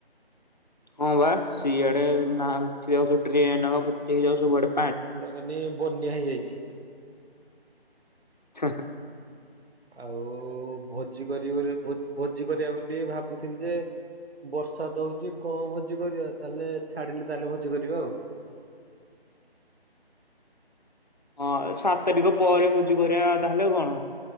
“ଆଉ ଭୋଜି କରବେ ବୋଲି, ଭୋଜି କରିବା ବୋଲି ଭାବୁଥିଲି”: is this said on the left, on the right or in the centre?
Right